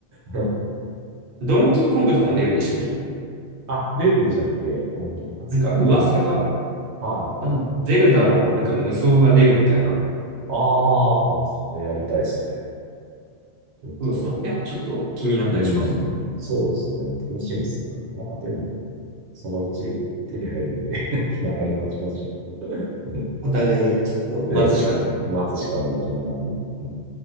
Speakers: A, on the right (about 75°); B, on the right (about 55°).
A: <laughs>
B: ドンキーコングとかも出るんでしたっけ
A: あ、出るんでしたっけあの、発売日なのかな
B: なんか噂が、
A: はい。
B: あとゼルダのなんか無双が出るみたいな。
A: あーあ、それやりたいですね。ちょっと、
B: そう、その辺はちょっと気になったりします。
A: うん、そうですね。楽しみですね。まあでも、そのうち手に入るんで <laughs> 気長に待ちましょう。<laughs> ね
B: お互い、ちょっと待つしか
A: ええ、き待つしかないで、気長に。うん